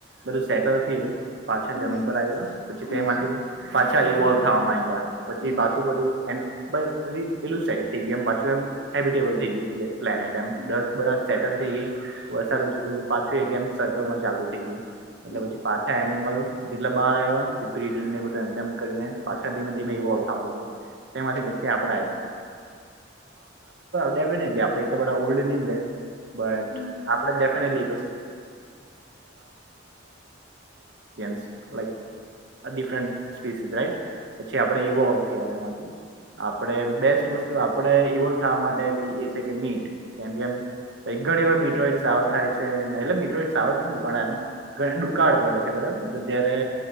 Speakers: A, on the right; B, on the left.
A: બધું સેટલ થયું પાછળ
B: હમ
A: જમીન
B: હમ
A: પર આવ્યા પછી
B: હમ
A: તેમાંથી પાછા ઇવોલ્ થવા માંડ્યા પછી
B: હમ
A: પાછું બધું એ પેલું સાઈડ થઈ ગયું એમ પાછું એમ હેબિટેબલ થઈ ગયું પ્લે પ્લેનેટ એમ
B: હમ
A: દસ બ સેટલ થઈ ગઈ વરસાડોજ
B: હમ
A: થઈ ગ પાછું એક એમ સર્કલ માં ચાલુ થઈ ગયો. એટલે
B: હમ
A: પછી પાછા એનિમલ જેટલા બહાર આવ્યા બિડિંગને બધું એમ તેમ કરીને પાછા ધીમે ધીમે
B: હમ
A: ઇવોલ્ થવા લાગ્યા તેમાંથી આપ ડેફનેટલી આપણે એટલા બધા ઓલ્ડ ની મલે. બટ
B: હમ
A: આપડે ડેફિનેટલી <unintelligible> ડિફરન્ટ સ્પીસીસ રાઈટ પછી આપણેે ઇવોલ્વ થ એમાંથી. આપડે બેસ્ટ વસ્તુ આપડે ઇવોલ થવા માટે એ છે કે મીટ કેમ કેમ એક ઘણી વાર મીટ સવો થાય છે. એટલે મીટોઈટસ આવડતું નહ પણ આમ ડુકાળ પડે છે બરાબર ત્યારે